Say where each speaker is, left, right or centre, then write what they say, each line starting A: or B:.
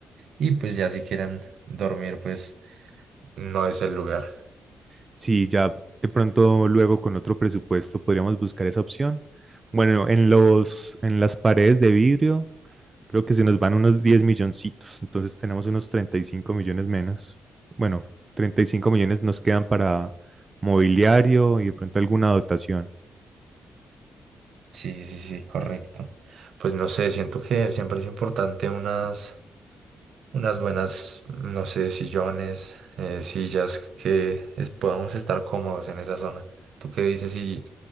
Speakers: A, on the right; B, on the right.
A: Y pues ya si quieren dormir, pues no es el lugar.
B: Sí, ya de pronto luego con otro presupuesto podríamos buscar esa opción. Bueno, en los, en las paredes de vidrio. Creo que se nos van unos 10 milloncitos, entonces tenemos unos 35 millones menos. Bueno, 35 millones nos quedan para mobiliario y de pronto alguna dotación.
A: Sí, sí, sí, correcto. Pues no sé, siento que siempre es importante unas unas buenas, no sé, sillones, eh, sillas que es- podamos estar cómodos en esa zona. ¿Tú qué dices si